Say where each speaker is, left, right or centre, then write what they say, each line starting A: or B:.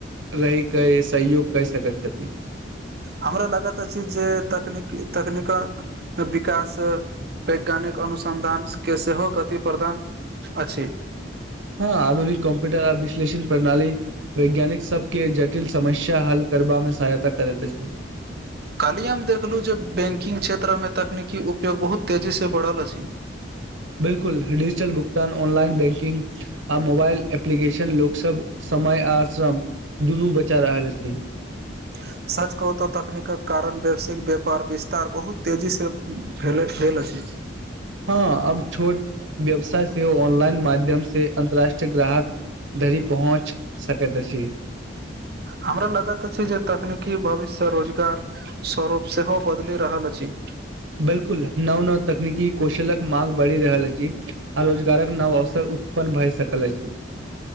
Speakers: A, on the right; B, on the right.
A: रहहि के सहयोग कर सकैत छथिन
B: हमरा लागत अछि जे तकनीकी तकनीकक विकास वैज्ञानिक अनुसन्धान के सेहो गति प्रदान अछि
A: हँ आधुनिक कॉम्प्यूटर आ विश्लषण प्रणाली वैज्ञानिक सबके जटिल समस्या हल करबा मे सहायता करते छै
B: कहाली हम देखलहुँ जे बैंकिंग क्षेत्र मे तकनीकी उपयोग बहुत तेजी से बढ़ल अछि
A: बिलकुल डिजिटल भुगतान ऑनलाइन बैंकिंग आ मोबाइल एप्लीकेशन लोक सब समय आश्रम दुनू बचा रहल छै
B: <inaudible> सच कुतहु तकनीकक कारण ववसिक व्यापार विस्तार बहुत तेजी से भेल भेल अछि
A: हँ अब छोट व्यवसाय से ऑनलाइन माध्यम से अन्तर्राष्ट्रीय ग्राहक धरी पहुँच सकैत अछि
B: हमरा लगत छै जे तकनीकी भविष्य से रोजगार स्वरूप सेहो बदलि रहल अछि
A: बिलकुल नव नव तकनीकी कौशलक माग बढ़ि रहल अछि आ रोजगारक नव अवसर उत्पन्न भए सकल अछि